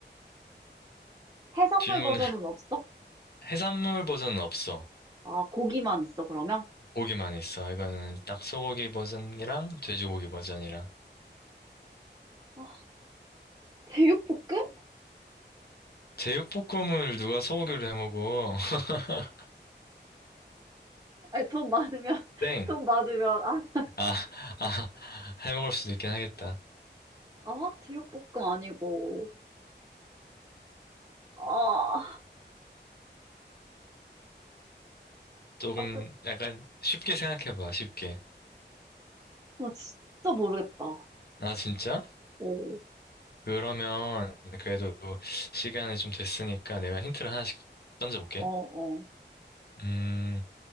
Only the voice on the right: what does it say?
해산물
버전은
없어?
아, 고기만 있어, 그러면?
아, 제육볶음?
아니, 돈 많으면, <laughs>
돈 많으면, 아,
아, 제육볶음 아니고, 아,
따뜻,
나 진짜 모르겠다.
오,
어, 어.